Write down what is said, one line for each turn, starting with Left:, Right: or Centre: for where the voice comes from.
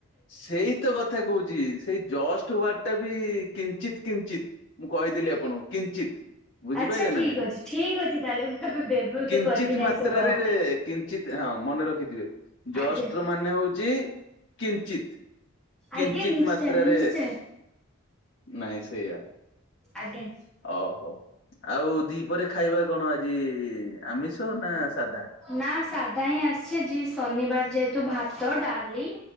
Left: ସେଇ ତ କଥା କହୁଛି ସେଇ ଜଷ୍ଟ ୱାର୍ଡ ଟା ବି କିଞ୍ଚିତ କିଞ୍ଚିତ ମୁଁ କହିଦେଲି ଆପଣଙ୍କୁ କିଞ୍ଚିତ ବୁଝିପାଇଲେ
Centre: ଆଚ୍ଛା ଠିକ
Left: ନା ନାଇଁ।
Centre: ଅଛି ଠିକ ଅଛି ତାହେଲେ ମୁଁ ଏବେ ବ୍ୟବହୃତ
Left: କିଞ୍ଚିତ
Centre: କରିବି ନାହିଁ
Left: ମାତ୍ରାରେ
Centre: ସେ ୱାର୍ଡ ଟି।
Left: କିଞ୍ଚିତ ହଁ ମନେ ର ଖିଥିବେ ଜଷ୍ଟର
Centre: ଆଜ୍ଞା
Left: ମାନେ ହଉଛି କିଞ୍ଚିତ। କିଞ୍ଚିତ
Centre: ଆଜ୍ଞା ନିଶ୍ଚୟ
Left: ମାତ୍ରାରେ
Centre: ନିଶ୍ଚୟ
Left: ନାଇଁ ସେଇୟା।
Centre: ଆଜ୍ଞା।
Left: ଓ ହୋଉ ଆଉ ଦିପରେ ଖାଇବା କଣ ଆଜି। ଆମିଷ ନା ସାଧା?
Centre: ନା ସାଧା ହିଁ ଆସିଚି। ଯି ଶନିବାର ଯେହେତୁ ଭାତ ଡାଲି